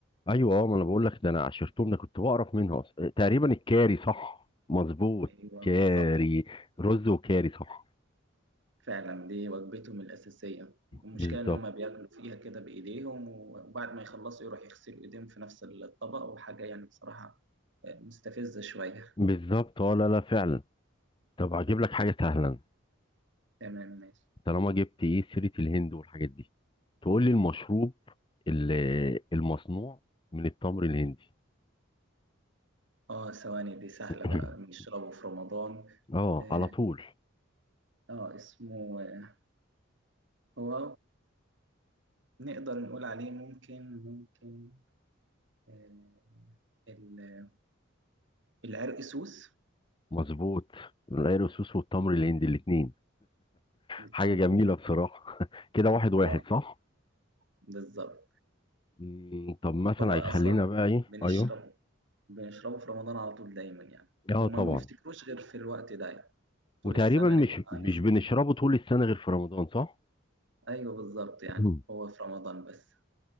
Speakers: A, on the left; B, on the right.
A: ايوه اه ما انا بقول لك ده انا عشرتهم ده كنت بعرف منها اصلا إيه، تقريبا الكاري صح مظبوط
B: ايوه
A: كاري
B: بالظبط
A: رز وكاري صح
B: فعلا دي وجبتهم الأساسية المشكلة
A: بالظبط
B: إن هم بياكلوا فيها كده بإيديهم وبعد ما يخلصوا يروح يغسلوا إيديهم في نفس الطبق وحاجة يعني بصراحة آه، مستفزة شوية
A: بالظبط اه لا لا فعلا طب هجيب لك حاجة سهلة
B: تمام ماشي
A: طالما جبت ايه سيره الهند والحاجات دي تقول لي المشروب ال- المصنوع من التمر الهندي
B: اه ثواني دي سهلة
A: <clears throat>
B: بقى بنشربه في رمضان
A: اه
B: اه
A: على طول
B: آه، اسمه آه، هو نقدر نقول عليه ممكن ممكن آه، ال- العرق سوس
A: مظبوط العرقسوس والتمر الهندي الاثنين
B: والتمرين
A: حاجه جميله بصراحه <laughs> كده واحد واحد
B: اه
A: صح
B: بالظبط
A: مم، طب مثلا
B: هو
A: هيخلينا
B: اصلا
A: بقى ايه
B: بنشربه
A: ايوه
B: بنشربه في رمضان على طول دايما يعني
A: اه
B: وما
A: طبعا
B: بنفتكروش غير في الوقت ده يعني. طول
A: وتقريبا
B: السنة
A: مش
B: نبقى
A: مش
B: نس-
A: بنشربه طول السنه غير في رمضان صح
B: ايوه بالظبط يعني
A: <clears throat>
B: هو في رمضان بس